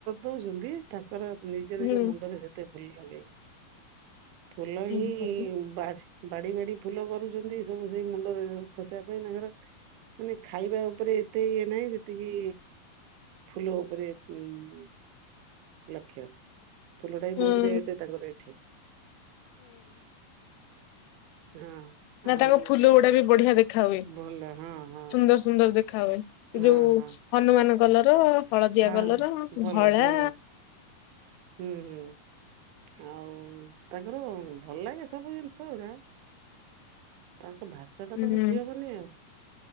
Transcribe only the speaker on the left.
ହୁଁ
ହୁଁ
ହୁଁ
ନା
ତାଙ୍କ ଫୁଲ ଗୁଡା ବି ବଢିଆ ଦେଖା ହୁଏ।
ତ ସୁନ୍ଦର ଦେଖା ହୁଏ, ଏ
ଯୋଉ
ହନୁମାନ କଲର ହଳଦିଆ
କଲର,
ଧଳା
ହୁଁ